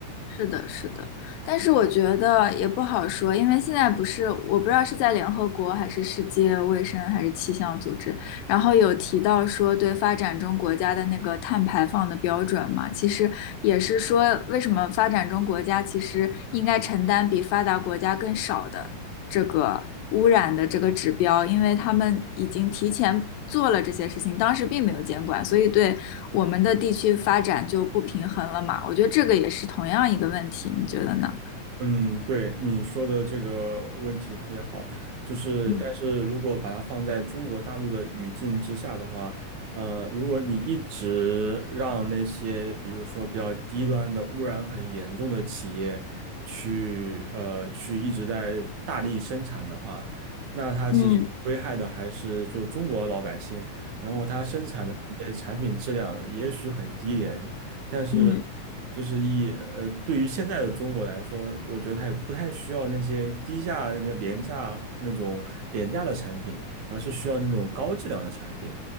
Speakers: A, on the left (about 85°); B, on the right (about 70°).
A: 是的，是的，但是我觉得也不好说，因为现在不是我不知道是在联合国还是世界卫生还是气象组织，然后有提到说对发展中国家的那个碳排放的标准嘛，其实也是说为什么发展中国家其实应该承担比发达国家更少的这个污染的这个指标，因为他们已经提前做了这些事情，当时并没有监管，所以对我们的地区发展就不平衡了嘛。我觉得这个也是同样一个问题，你觉得呢？
B: 嗯，对你说的这个问题特别好，就是但是如果把它放在中国大陆的语境之下的话，
A: 嗯
B: 呃，如果你一直让那些比如说比较低端的污染很严重的企业去呃去一直在大力生产的话，那它其实危害的还是就中国老百姓，
A: 嗯
B: 然后它生产的这些产品质量也许很低廉，但是
A: 嗯
B: 就是以呃，对于现在的中国来说，我觉得它也不太需要那些低价、那个廉价那种廉价的产品，而是需要那种高质量的产品。